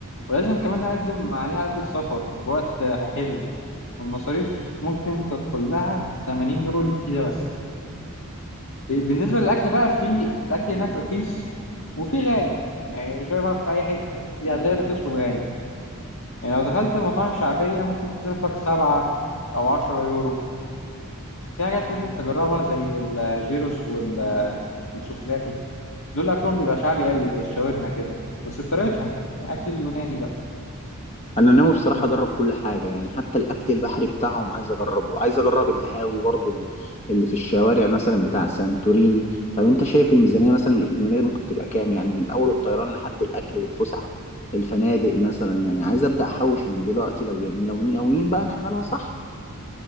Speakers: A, on the left; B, on the left.
A: ولازم كمان نقدم عليها قبل السفر بوقت حلو والمصاريف ممكن تدخل لها في 80 يورو للفيزا بس إيه، بالنسبة للأكل بقى في الأكل هناك رخيص وفي غالي يعني شوية بقى في أي حتة في هتلاقي الرخيص والغالي يعني لو دخلت مطاعم شعبية ممكن تصرف لك سبعة أو عشرة يورو وفي حاجات لازم تجربها زي الجيروس وال- والسوفلاكي دول أكلهم بيبقى شعبي قوي زي الشاورما كده بس بطريقتهم يعني أكل اليوناني بقى
B: انا ناوي بصراحه اجرب كل حاجه يعني حتى الاكل البحري بتاعهم عايز اجربه عايز اجرب القهاوي برضو ال- اللي في الشوارع مثلا بتاع سانتوريني طب انت شايف الميزانيه مثلا الاجماليه ممكن تبقى كام يعني من اول الطيران لحد الاكل والفسح الفنادق مثلا يعني عايز ابدا احوش من دلوقتي لو لو ناويين بقى نعملها صح